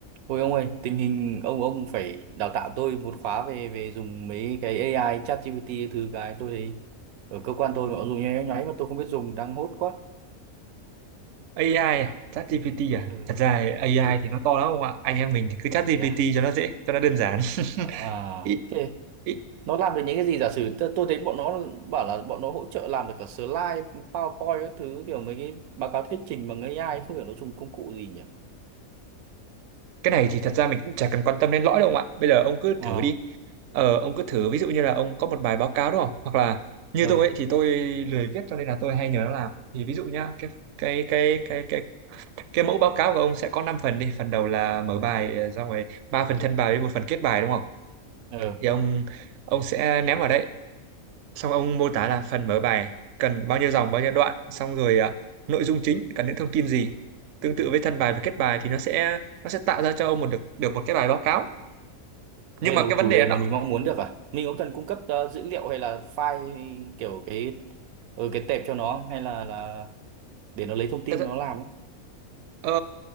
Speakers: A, on the right; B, on the right.
A: Ôi ông ơi, tình hình ông ông phải đào tạo tôi một khóa về về dùng mấy cái AI, ChatGPT thứ cái tôi thấy ở cơ quan tôi họ dùng nháy nháy mà tôi không biết dùng đang hốt quá.
B: AI à? ChatGPT à?
A: Ừ,
B: Thật ra AI
A: kiểu kiểu
B: thì nó to lắm không ạ? Anh em mình thì cứ ChatGPT
A: là thế à?
B: cho nó dễ, cho nó đơn giản.
A: À,
B: <laughs> Ý,
A: thế
B: ý,
A: nó làm được những cái gì giả sử tôi, tôi thấy bọn nó bảo là bọn nó hỗ trợ làm được cả slide, PowerPoint các thứ kiểu mấy cái báo cáo thuyết trình bằng AI không hiểu nó dùng công cụ gì nhỉ?
B: cái này thì thật ra mình cũng chả cần quan tâm đến lõi đâu ông ạ. Bây giờ ông cứ
A: À,
B: thử đi. Ờ, ông cứ thử ví dụ như là ông có một bài báo cáo đúng không? Hoặc là như
A: ờ,
B: tôi ấy thì tôi lười viết cho nên là tôi hay nhờ nó làm. Thì ví dụ nhá, cái cái cái cái cái cái mẫu báo cáo của ông sẽ có 5 phần đi. Phần đầu là mở bài, ờ, xong rồi ba phần thân bài với một phần kết bài đúng không?
A: ờ.
B: Thì ông ông sẽ ném vào đấy xong ông mô tả là phần mở bài cần bao nhiêu dòng bao nhiêu đoạn xong rồi à, nội dung chính cần những thông tin gì tương tự với thân bài và kết bài thì nó sẽ nó sẽ tạo ra cho ông một được được một cái bài báo cáo nhưng
A: về
B: mà
A: một
B: cái vấn
A: chủ
B: đề
A: đề
B: là nó
A: mà mình mong muốn được à mình có cần cung cấp ờ, dữ liệu hay là file kiểu cái ừ, cái tệp cho nó không? hay là là để nó lấy thông tin
B: thật ra-
A: nó làm ấy?
B: ờ,